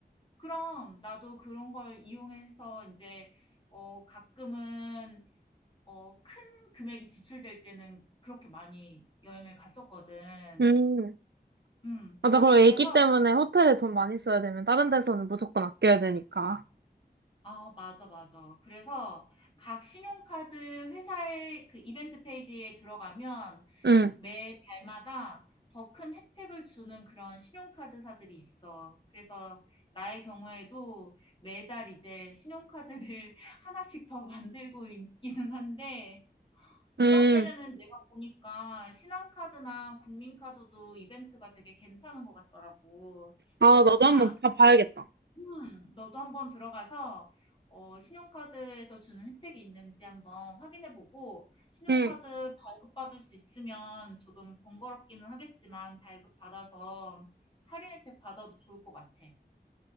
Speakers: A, on the left; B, on the right.
A: 그럼 나도 그런 걸 이용해서 이제, 어, 가끔은, 어, 큰 금액이 지출될 때는 그렇게 많이 여행을 갔었거든.
B: 음.
A: 음,
B: 맞아, 그리고
A: 그래서,
B: 애기 때문에 호텔에 돈 많이 써야 되면 다른 데서는 무조건 아껴야 되니까.
A: 아, 맞아, 맞아. 그래서 각 신용카드 회사의 그 이벤트 페이지에 들어가면
B: 응,
A: 매 달마다 더 큰 혜택을 주는 그런 신용카드사들이 있어. 그래서 나의 경우에도 매달 이제 신용카드를 <laughs> 하나씩 더 만들고 있기는 한데, 이번
B: 응.
A: 때는 내가 보니까 신한카드나 국민카드도 이벤트가 되게 괜찮은 것 같더라고.
B: 아,
A: 그러니까
B: 나도 한번 가봐야겠다.
A: 음, 너도 한번 들어가서 어, 신용카드에서 주는 혜택이 있는지 한번 확인해보고 신용카드
B: 응,
A: 발급받을 수 있으면 조금 번거롭기는 하겠지만 발급받아서 할인 혜택 받아도 좋을 것 같아.